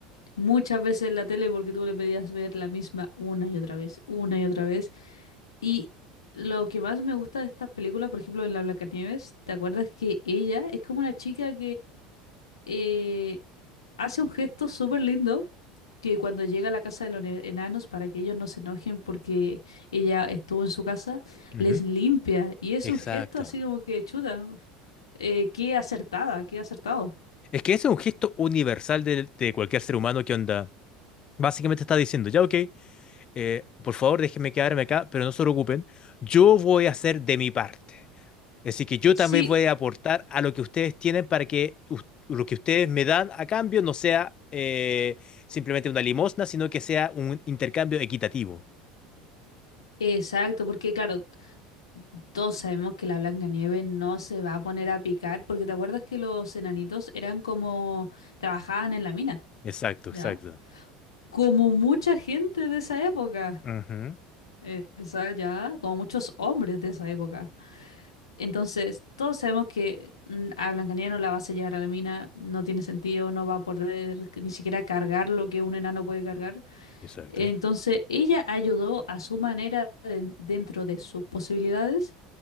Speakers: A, on the left (about 80°); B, on the left (about 35°).
A: muchas veces en la tele porque tú le pedías ver la misma una y otra vez, una y otra vez. Y lo que más me gusta de esta película, por ejemplo, en la Blancanieves, ¿te acuerdas que ella es como una chica eh, hace un gesto súper lindo que cuando llega a la casa de los ne- enanos para que ellos no se enojen porque ella estuvo en su casa,
B: ujú,
A: les
B: ujú.
A: limpia. Y es un
B: Exacto.
A: gesto así como que chuta, eh, qué acertada, qué acertado.
B: Es que ese es un gesto universal de, de cualquier ser humano que onda. Básicamente está diciendo, ya ok, eh, por favor, déjenme quedarme acá, pero no se preocupen, yo voy a hacer de mi parte. Así que yo
A: Sí,
B: también voy a aportar a lo que ustedes tienen para que us- lo que ustedes me dan a cambio no sea eh, simplemente una limosna, sino que sea un intercambio equitativo.
A: exacto, porque claro, t- todos sabemos que la Blancanieves no se va a poner a picar, porque te acuerdas que los enanitos eran como trabajaban en la mina,
B: Exacto,
A: ¿ya?
B: exacto.
A: Como mucha gente de esa época.
B: Ujú.
A: eh, esa ya, como muchos hombres de esa época. Entonces, todos sabemos que mm, a Blancanieves no la va a sellar a la mina, no tiene sentido, no va a poder ni siquiera cargar lo que un enano puede cargar.
B: Exacto.
A: Entonces, ella ayudó a su manera de- dentro de sus posibilidades